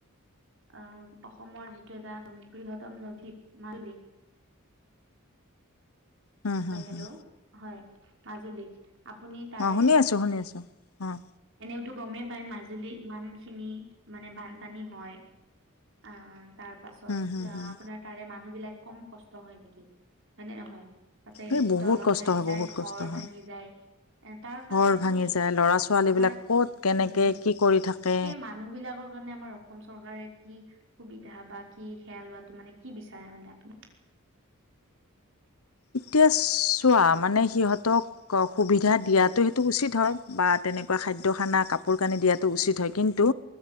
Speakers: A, on the right (about 60°); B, on the left (about 85°).
A: আহ অসমৰ যিটো এটা বৃহত্তম নদী মালদ্বীপ
B: হুম হুম
A: হয় হেল্ল'
B: হুম
A: হয় মাজুলী আপুনি তাৰে
B: অঁ শুনি আছোঁ শুনি আছোঁ অঁ
A: এনে টো গমেই পাই মাজুলী ইমান খিনি মানে বানপানী হয় অ অ তাৰ পাছত
B: হুম হুম হুম
A: আপোনাৰ তাৰে মানুহ বিলাক কম কষ্ট হয় নেকি হয় নে নহয়? তাতে
B: এই বহুত
A: দলং
B: কষ্ট
A: ভাঙি
B: হয়
A: যায়
B: বহুত
A: ঘৰ
B: কষ্ট হয়
A: ভাঙি যায় এ তাৰ কাৰণে
B: ঘৰ
A: আপুনি
B: ভাঙি যায় ল'ৰা ছোৱালীবিলাক
A: আমাৰ
B: ক'ত কেনেকে
A: হম হম
B: কি কৰি থাকে
A: সেই মানুহ বিলাকৰ কাৰণে আমাৰ অসম চৰকাৰে কি সুবিধা বা কি সেয়া লোৱাটো মানে কি বিচাৰে মানে আপুনি? <unintelligible>
B: এতিয়া চোৱা মানে সিহঁতক সুবিধা দিয়াতো সেইটো উচিত হয় বাত তেনেকুৱা খাদ্য খানা কাপোৰ কানি দিয়াটো উচিত হয় কিন্তু